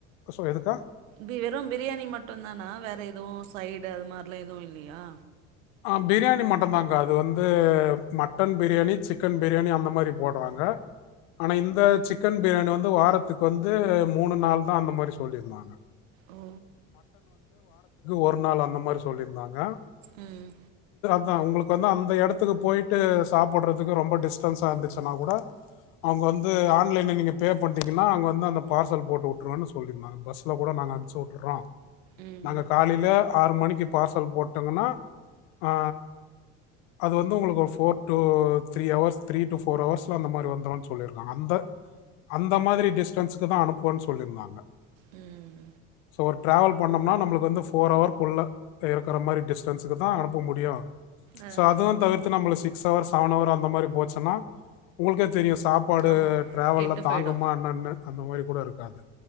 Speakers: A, on the left (about 75°); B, on the right (about 80°).
A: ஸோ எதுக்கா
B: வெறும் பிரியாணி மட்டுந்தானா வேற எதுவு சைடு அது மாரில்லா எதுவு இல்லையா
A: ஆ பிரியாணி மட்டுந்தாங்க்கா அது வந்து மட்டன் பிரியாணி சிக்கன் பிரியாணி அந்த மாரி போடுறாங்க ஆனா இந்த சிக்கன் பிரியாணி வந்து வாரத்துக்கு வந்து மூணு நாள்தா அந்த மாரி சொல்லிருந்தாங்க
B: ஓ
A: ஒரு நாள் அந்த மாரி சொல்லிருந்தாங்க
B: ம்
A: தா உங்களுக்கு வந்து அந்த எடத்துக்கு போய்டட்டு சாப்படுறதுக்கு ரொம்ப டிஸ்டன்ஸா இருந்துச்சுனா கூட அவங்க வந்து ஆன்லைன்ல நீங்க பே பண்ட்டிங்கனா அவங்க வந்து அந்த பார்சல் போட்டு உட்ருவன்னு சொல்லிருந்தாங்க பஸ்ல கூட நாங்க அனுப்ச்சு உர்றோ
B: ம்
A: நாங்க காலையில ஆறு மணிக்கு பார்சல் போட் டங்கனா ஆ அது வந்து உங்களுக்கு ஒரு four two three hours three two four அவர்ஸ்ல அந்த மாரி வந்துருன் சொல்லிருக்காங்க அந்த அந்த மாதிரி டிஸ்டன்ஸுக்குதா அனுப்புவன் சொல்லிருந்தாங்க
B: ம்
A: ஸோ ஒரு ட்ராவல் பண்ணம்னா நம்மளுக்கு வந்து ஃபோர் அவர்க்குள்ள இருக்கற மாரி டிஸ்டன்ஸுக்குதா அனுப்ப முடியு
B: ஆ
A: சோ அதுவு தவிர்த்து நம்மள சிக்ஸ் ஹவர்ஸ் செவன் அவர் அந்த மாரி போச்சுன்னா உங்களுக்கே தெரியு சாப்பாடு
B: ஆமா
A: ட்ராவல்ல
B: கெட்டு
A: தாங்குமா
B: போயிடு
A: என்னன்னு அந்த மாரி கூட இருக் அது